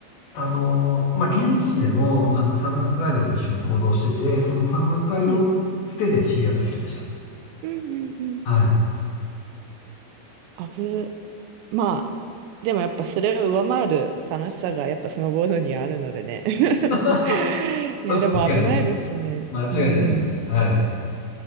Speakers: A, on the left; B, on the right.
A: あのーまあ、現地でも、あの、山岳ガイドと一緒に行動してて、その山岳ガイドのつてで知り合った人でした。
B: はい。うんうんうん。
A: はい。
B: あぶ、まあ、でもやっぱそれを上回る楽しさがやっぱスノーボードにはあるのでね。<laughs>
A: <laughs>
B: いや、
A: それ間違いないです。
B: でも危ないですね。
A: 間違いないです。
B: うん。
A: はい。